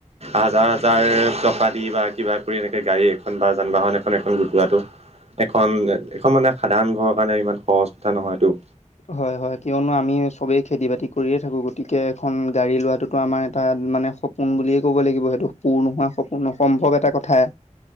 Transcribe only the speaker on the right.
হাজাৰ-হাজাৰ টকা দি বা কিবা কৰি এনেকে গাড়ী এখন বা যান-বাহন এখন, এখন গোটোৱাটো। এখন এখন মানে সাধাৰণ ঘৰৰ কাৰণে ইমান সহজ কথা নহয়টো।